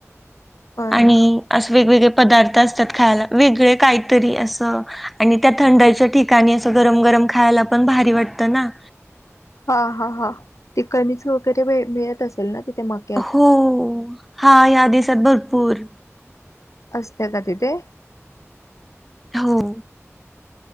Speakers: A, on the left (about 80°); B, in the centre.
A: होय
B: आणि
A: ना
B: असं वेगवेगळे पदार्थ असतात खायला. वेगळे काहीतरी असं. आणि त्या थंडाईच्या ठिकाणी, असं गरम गरम खायला पण भारी वाटतं ना.
A: हा हा हा. ते कणीस वगैरे मिळत असेल ना तिथे, मक
B: हो. हा या दिसात भरपूर
A: असतय का तिथे?
B: हो.